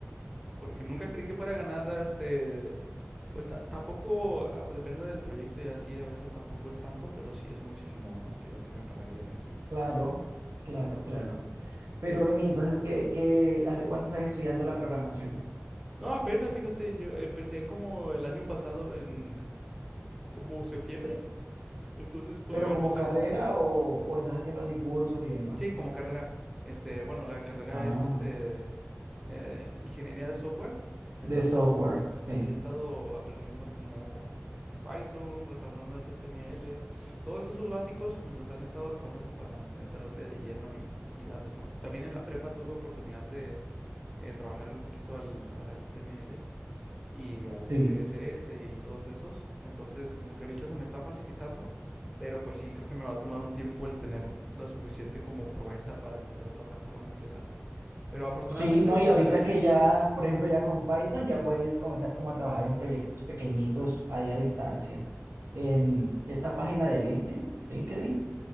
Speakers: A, in the centre; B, on the right.
A: porque nunca creí que fuera a ganar, este, pues ta- tampoco, ah, depende del proyecto y así, a veces tampoco es tanto, pero sí es muchísimo más que lo que me pagarían aquí.
B: claro, claro, claro. Pero Beni, entonces, ¿qué, qué, hace cuánto estás estudiando la programación?
A: No, apenas, fíjate, yo empecé como el año pasado en, como septiembre, entonces todavía
B: ¿Pero como
A: no sé
B: carrera
A: mucho.
B: o, o estás haciendo así cursos y demás?
A: Sí, como carrera. Este, bueno, la carrera
B: Ah,
A: es este eh, ingeniería de software. Entonces,
B: de software, sí,
A: ahí he estado aprendiendo como Python, repasando HTML. Todos esos básicos me los han estado repasando para en- entrarle de lleno y, y darle, ¿no? También en la prepa tuve oportunidad de eh, trabajarle un poquito al, al HTML. y al
B: sí.
A: CSS y todos esos. Entonces, como que ahorita se me está facilitando, pero pues sí, creo que me va a tomar un tiempo el tener la suficiente como proeza para empezar a trabajar para una empresa. Pero afortunadamente
B: Sí, no,
A: eso
B: y
A: de
B: ahorita
A: la...
B: que ya, por ejemplo, ya con Python ya puedes comenzar como a trabajar en proyectos pequeñitos ahí a distancia. En
A: Ujú.
B: esta página de LinkedIn, LinkedIn,